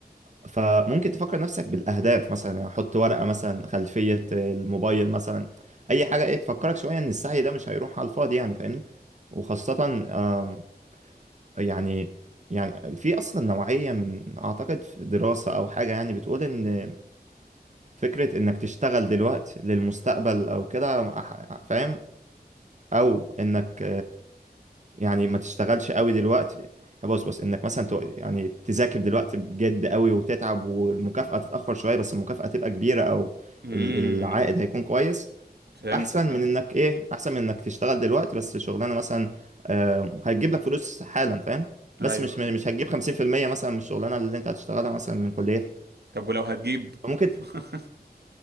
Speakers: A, on the right; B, on the right.
A: فممكن تفكر نفسك بالاهداف مثلا يعني حط ورقه مثلا خلفيه الموبايل مثلا اي حاجه ايه تفكرك شويه ان السعي ده مش هيروح على الفاضي يعني فاهمني وخاصه آم، يعني يعني في اصلا نوعيه من اعتقد في دراسه او حاجه يعني بتقول ان فكره انك تشتغل دلوقتي للمستقبل او كده أح- فاهم او انك يعني ما تشتغلش قوي دلوقتي يا بص بص انك مثلا تو- يعني تذاكر دلوقتي بجد قوي وتتعب والمكافأة تتأخر شوية بس المكافأة تبقى كبيرة او
B: امم
A: ال- العائد هيكون كويس
B: فهمتك
A: احسن من انك ايه احسن من انك تشتغل دلوقتي بس شغلانة مثلا آه، هتجيب لك فلوس حالا فاهم بس
B: ايوه
A: مش
B: ايوه
A: مش هتجيب 50% مثلا من الشغلانة اللي انت هتشتغلها مثلا من كليتك
B: طب ولو هتجيب
A: فممكن
B: <laughs>